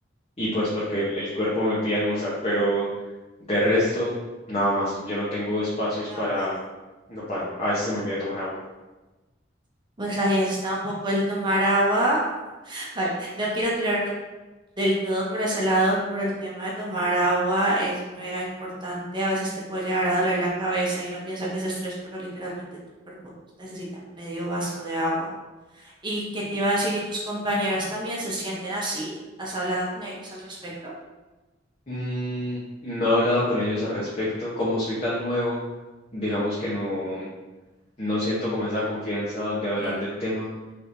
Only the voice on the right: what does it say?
No
para.
Pues ahí está un poco el tomar agua. Vale, no quiero tirarme del todo por ese lado, pero el tema de tomar agua es mega importante. A veces te puede llegar a doler la cabeza y uno piensa que es estrés, pero literalmente tu cuerpo necesita medio vaso de agua. ¿Y qué te iba a decir? ¿Y tus compañeros también se sienten así? ¿Has hablado con ellos al respecto?
Mm,